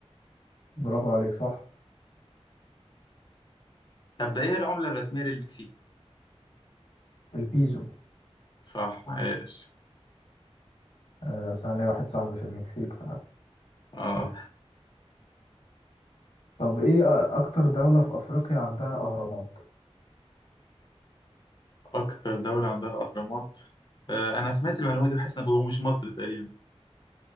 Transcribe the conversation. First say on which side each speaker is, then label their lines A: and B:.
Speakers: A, on the left; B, on the left.
A: برافو عليك صح
B: طب ايه العملة الرسمية للمكسيك؟
A: البيزو
B: صح عايش
A: انا أصل انا ليا واحد صاحبي في المكسيك ف...
B: اه
A: <laughs> طب ايه أ- اكتر دولة في افريقيا عندها اهرامات
B: اكتر دولة عندها اهرامات آه انا سمعت المعلومة دي وحاسس ان هو مش مصر تقريبا